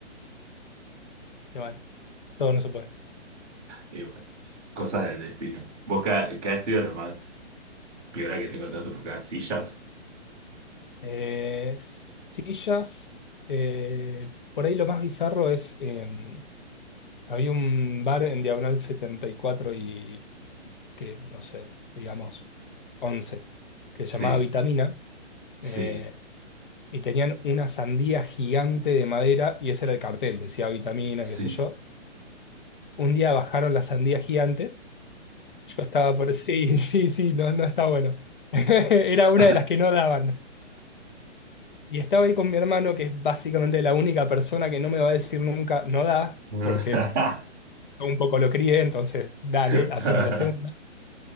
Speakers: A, on the left; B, in the centre.
A: Y bueno, todo no se puede.
B: Y bueno, cosas del destino. ¿Vos qué, qué ha sido lo más peor que te encontraste por acá? ¿Sillas?
A: Eh, sillas. eh, por ahí lo más bizarro es, em, había un bar en Diagonal setenta y cuatro y que, no sé, digamos, 11, que se llamaba
B: Sí,
A: Vitamina.
B: sí,
A: eh, y tenían una sandía gigante de madera y ese era el cartel, decía Vitamina,
B: sí.
A: qué sé yo un día bajaron la sandía gigante. Yo estaba por... <laughs> Sí, sí, sí, no, no está bueno. <laughs> Era
B: <laughs>
A: una de las que no daban. Y estaba ahí con mi hermano, que es básicamente la única persona que no me va a decir nunca, no da, porque
B: <laughs>
A: yo un poco lo crié, entonces dale,
B: <laughs>
A: haceme la segunda.